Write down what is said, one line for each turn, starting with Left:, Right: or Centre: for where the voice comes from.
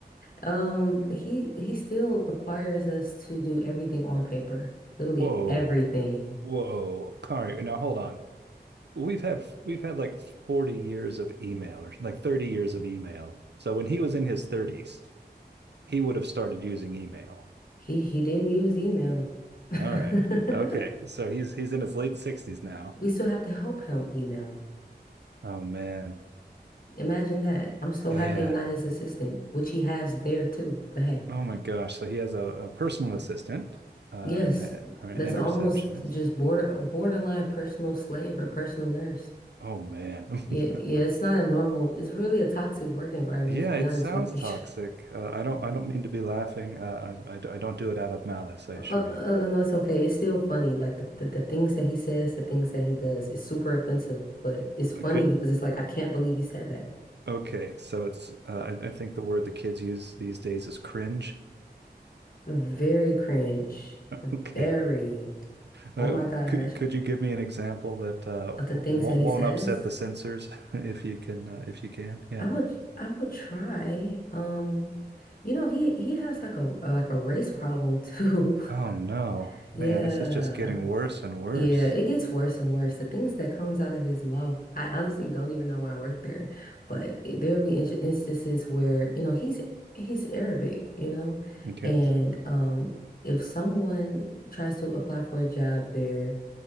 Left: Um, he he still requires us to do everything on paper, literally
Right: Whoa.
Left: everything.
Right: Whoa. All right. Now hold on. We've had we've had like 40 years of email or like 30 years of email. So when he was in his 30s, he would have started using email.
Left: He he didn't use email.
Right: All right.
Left: <laughs>
Right: Okay. So he's he's in his late 60s now.
Left: We still have to help him email.
Right: Oh man.
Left: Imagine that. I'm so
Right: Yeah.
Left: happy I'm not his assistant, which he has there too. But hey,
Right: Oh my gosh. So he has a, a personal assistant uh
Left: yes,
Right: all right,
Left: that's
Right: and
Left: almost
Right: a receptionist.
Left: just border borderline personal slave or personal nurse.
Right: Oh man. <laughs>
Left: Yeah, yeah, it's not a normal, it's really a toxic work environment
Right: Yeah,
Left: to be
Right: it
Left: honest
Right: sounds
Left: with you.
Right: toxic.
Left: <laughs>
Right: Uh, I don't I don't mean to be laughing. Uh, I, I I don't do it out of malice, I
Left: Uh,
Right: assure
Left: uh,
Right: you.
Left: uh, no, it's okay. It's still funny. Like the, the, the things that he says, the things that he does, is super offensive, but it's funny
Right: Could
Left: because it's like, I can't believe he said that.
Right: okay, so it's uh, I, I think the word the kids use these days is cringe. <laughs>
Left: Very cringe.
Right: Okay.
Left: Very,
Right: Uh,
Left: oh my gosh,
Right: could could you give me an example that uh,
Left: of
Right: won't
Left: the things that he
Right: won't
Left: says,
Right: upset the censors <laughs> if you can uh, if you can? Yeah.
Left: I would, I would try. Um, you know, he, he has like a, like a race problem too.
Right: Oh
Left: <laughs>
Right: no,
Left: Yeah.
Right: man, this is just getting worse and worse.
Left: Yeah, it gets worse and worse. The things that comes out of his mouth, I honestly don't even know why I work there, but it- there'll be in- instances where, you know, he's he's Arabic, you know,
Right: Okay.
Left: and um if someone tries to apply for a job there,